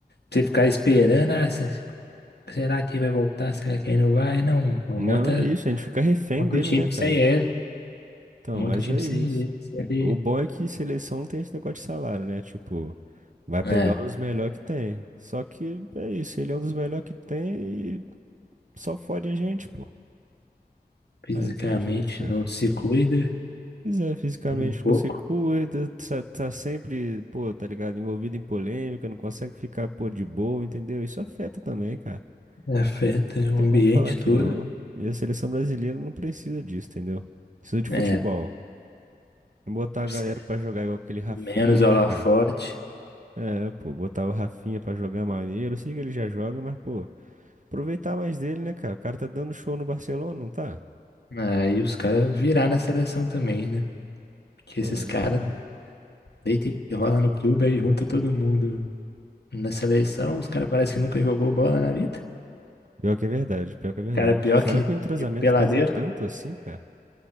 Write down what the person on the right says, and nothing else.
Não,
é isso, a gente fica refém
dele,
né, cara?
Então,
mas
é isso.
O bom é que seleção não tem esse negócio de salário, né? Tipo, vai pegar
os melhores que tem. Só que é isso, ele é um dos melhores que tem e só fode a gente, pô.
Aí não tem jeito, cara.
Pois é, fisicamente
não se cuida, tá, tá sempre, pô, tá ligado? Envolvido em polêmica, não consegue ficar, pô, de boa, entendeu? Isso afeta também, cara. Não
tem
como falar que
não. E a seleção brasileira não precisa disso, entendeu? Precisa de
futebol. Botar
a galera pra jogar igual aquele Rafinha,
né, cara? É, pô, botar o Rafinha pra jogar é maneiro. Eu sei que ele já joga, mas, pô, aproveitar mais dele, né, cara? O cara tá dando show no Barcelona, não tá?
Pô,
é,
uma-
pior que é verdade, pior que é verdade.
Será
que o entrosamento
pesa tanto assim, cara?